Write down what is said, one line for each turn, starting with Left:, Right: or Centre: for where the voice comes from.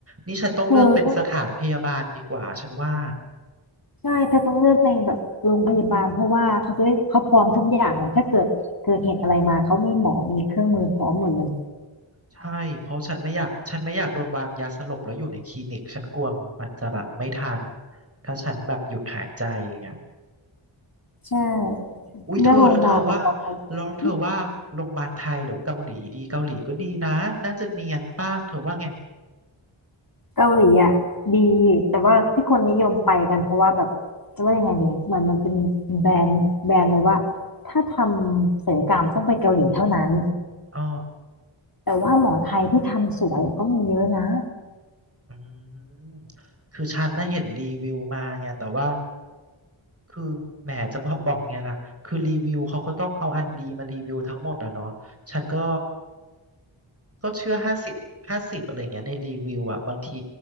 Right: นี่ฉันต้องเลือกเป็นสถานพยาบาลดีกว่าฉันว่า
Left: เธอต้องใช่เธอต้องเลือกในแบบโรงพยาบาลเพราะว่าเขาจะได้เขาพร้อมทุกอย่างไงถ้าเกิดเกิดเหตุอะไรมาเขามีหมอมีเครื่องมือพร้อมหมดเลย
Right: ใช่เพราะฉันไม่อยากฉันไม่อยากโดนวางยาสลบแล้วอยู่ในคลินิกฉันกลัวมันจะแบบไม่ทันถ้าฉันแบบหยุดหายใจอย่างเงี้ย
Left: ใช่
Right: อุ้ยเธอแล้วเธอว่า
Left: เลือกโรงพยาบาลแบบปลอดภัยหึ
Right: แล้วเธอว่าโรงพยาบาลไทยหรือเกาหลีดีเกาหลีก็ดีนะน่าจะเนียนป่ะเธอว่าไง
Left: เกาหลีอ่ะดีแต่ว่าที่คนนิยมไปกันเพราะว่าแบบจะว่ายังไงดีอะเหมือนมันเป็นแบรนด์แบรนด์เลยว่าถ้าทำศัลยกรรมต้องไปเกาหลีเท่านั้น
Right: อ๋อ
Left: แต่ว่าหมอไทยที่ทำสวยก็มีเยอะนะ
Right: อืมคือฉันน่ะเห็นรีวิวมาไงแต่ว่าคือแหมจะบอกบอกไงล่ะคือรีวิวเขาก็ต้องเอาอันดีมารีวิวทั้งหมดอะเนาะฉันก็ ก็เชื่อห้าสิบห้าสิบอะไรเงี้ยในรีวิวอ่ะบางที